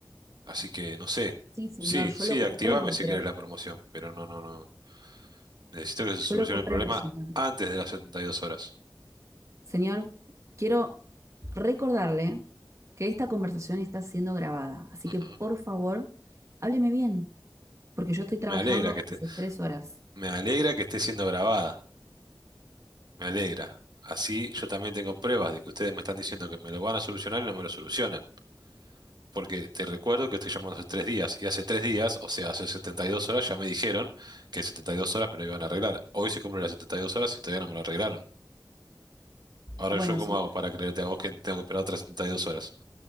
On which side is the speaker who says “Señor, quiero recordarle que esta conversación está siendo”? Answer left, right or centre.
Right